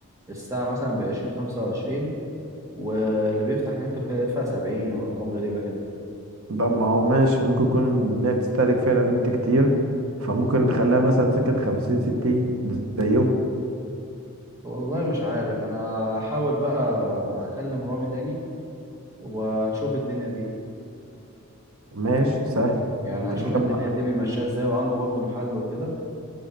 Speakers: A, on the right; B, on the right.
A: الساعه مثلا بعشرين خمسة وعشرين واللي بيفتح نت وكده يدفع سبعين وارقام غريبه كده
B: طب ما هو ماشي ممكن يكون إنها بتستهلك فعلا نت كتير فممكن نخليها مثلا سكة خمسين ستين زيه
A: والله مش عارف انا هحاول بقى هكلم رامي تاني واشوف الدنيا دي
B: ماشي سهل انت
A: يعني هشوف
B: كده كده
A: الدنيا
B: معاك
A: دي بيمشيها ازاي وعنده برضه محل وكده